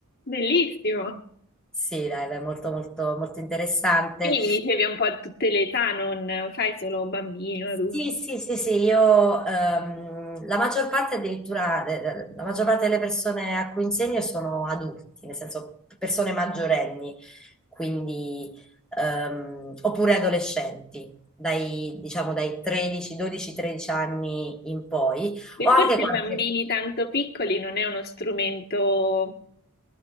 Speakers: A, on the left; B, in the centre.
A: Bellissimo.
B: Sì, dai, beh, molto molto molto interessante.
A: Quindi mi dicevi un po' a tutte le età, non fai solo bambini o adulti.
B: Sì, sì, sì, sì, io ehm, la maggior parte addirittura, eh, la maggior parte delle persone a cui insegno sono adulti, nel senso persone maggiorenni, quindi, ehm, oppure adolescenti, dai, diciamo dai 13, 12, 13 anni in poi.
A: E
B: Ho anche
A: forse
B: qualche
A: i bambini tanto piccoli non è uno strumento